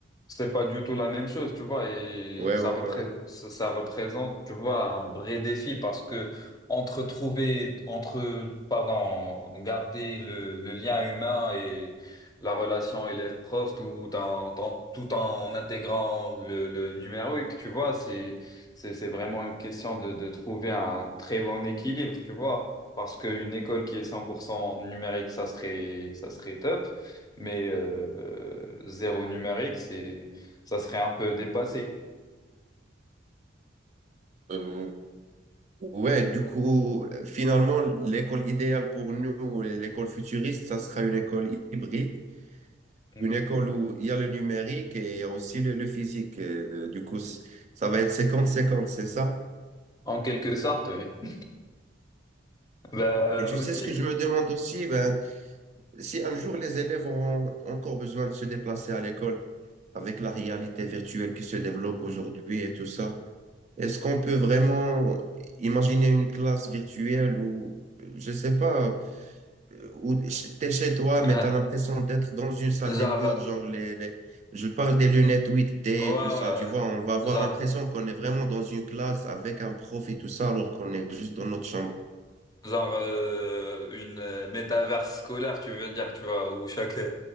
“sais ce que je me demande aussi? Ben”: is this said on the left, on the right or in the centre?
Right